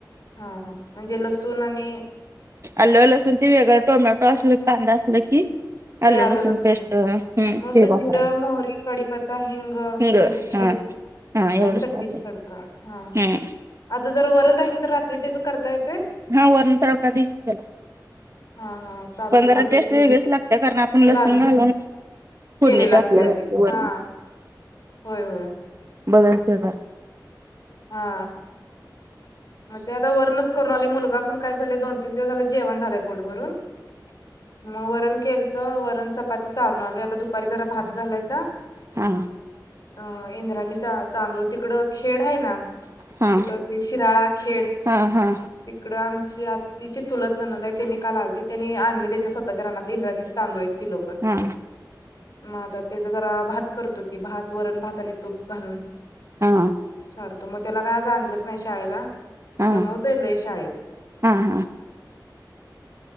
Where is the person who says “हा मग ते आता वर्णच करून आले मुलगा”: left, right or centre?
Left